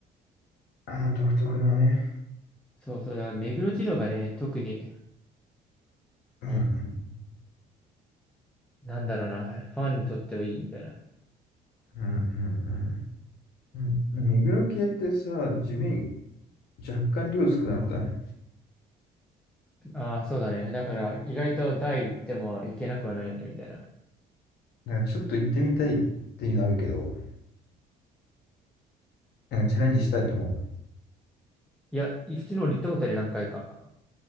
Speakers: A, on the left; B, in the centre.
A: あの独特のね。
B: そうそう、だから目黒二郎がね、特に、
A: うんうん。
B: うんなんだろうな、ファンにとってはいいみたいな。
A: うんうんうん。うん、でも目黒系ってさ、地味、若干量少なくない
B: ああ、そうだね。だから意外と大行っても行けなくはないよね、みたいな。
A: なんかちょっと行ってみたいっていうのあるけど、なんかチャレンジしたいと思う。
B: いや、普通に俺行ったことあるよ何回か。